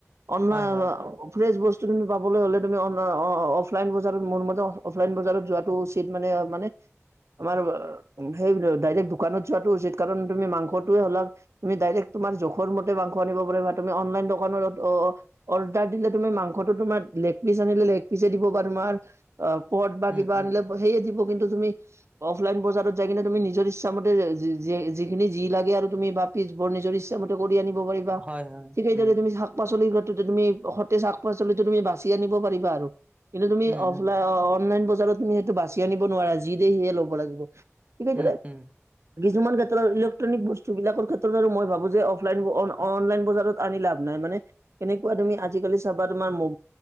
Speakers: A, on the right; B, on the right.
A: অনলাইন
B: হয় হয়
A: অ ফ্ৰেছ বস্তু তুমি পাবলৈ হ'লে তুমি অনলাইন অ অ অফলাইন বজাৰত মোৰ মতে অফলাইন বজাৰত যোৱা টো উচিত মানে মানে আমাৰ ব সেই ডাইৰেক্ট দোকানত যোৱাতটো উচিত কাৰণ তুমি মাংসটোৱে হ'লা তুমি ডাইৰেক্ট তোমাৰ জোখৰ মতে মাংস আনিব পাৰিবা তুমি অনলাইন দোকানত অ অৰ্ডাৰ দিলে তুমি মাংসটো তোমাৰ লেগ পিচ আনিলে লেগ পিচ দিব বা তোমাৰ অ পত বা
B: উম
A: কিবা
B: উম
A: আনিলে সেয়ে দিব কিন্তু তুমি অফলাইন বজাৰত যাই কিনে তুমি নিজৰ ইচ্ছামতে যিখিনি যি লাগে আৰু তুমি বাপ পিছবোৰ নিজৰ ইচ্ছামতে কৰি আনিব পাৰিবা,
B: হয় হয়
A: ঠিক সেইদৰে
B: উম
A: তুমি শা পাচলি ক্ষেত্ৰতে তুমি সতেজ শাক পাচলিত তুমি বাচি আনিব পাৰিবা আৰু কিন্তু তুমি
B: উম
A: অ
B: উম
A: অ অনলাইন বজাৰত তুমি সেইটো বাচি আনিব নোৱাৰা যি দে সেয়ে ল'ব লাগিব, <unintelligible>
B: উম উম
A: কিছুমান ক্ষেত্ৰত ইলেক্ট্ৰনিক বস্তু বিলাকৰ ক্ষেত্ৰত বাৰু মই ভাবো যে অফলাইন অন-অনলাইন বজাৰত আনি লাভ নাই মানে কেনেকুৱা তুমি আজিকালি চাবা তোমাৰ ম